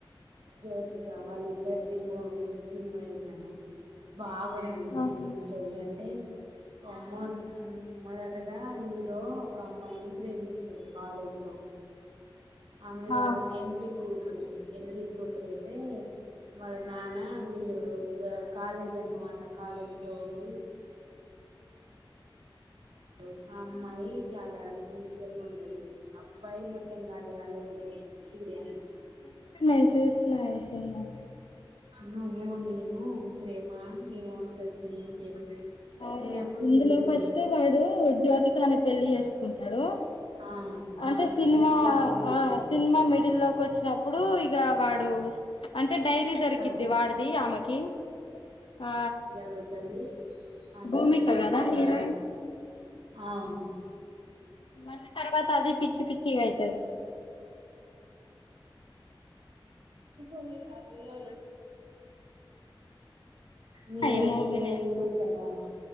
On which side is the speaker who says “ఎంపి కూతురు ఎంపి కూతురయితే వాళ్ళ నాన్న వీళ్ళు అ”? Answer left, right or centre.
Right